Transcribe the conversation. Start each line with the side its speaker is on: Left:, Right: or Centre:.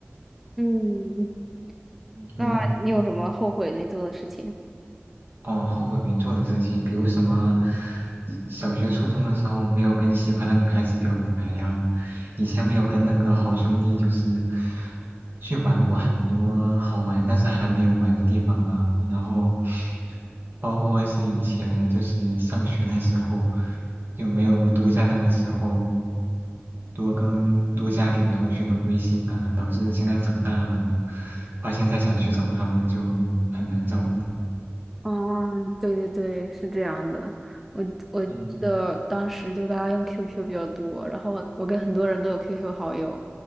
Centre: 嗯，
Right: 嗯你呢？
Centre: 那你有什么后悔没做的事情？
Right: 哦，后悔没做的事情，比如什么小学、初中的时候没有跟喜欢的女孩子表白呀，以前没有跟那个好兄弟就是去玩过很多好玩但是还没有玩的地方啊，然后包括是以前就是上学的时候就没有多在那个时候多跟多加点同学的微信啊，导致现在长大了，发现再想去找他们就很难找了。
Centre: 哦，对对对，是这样的。我我记得当时就大家用
Right: 嗯。
Centre: QQ 比较多，然后我跟很多人都有 QQ 好友，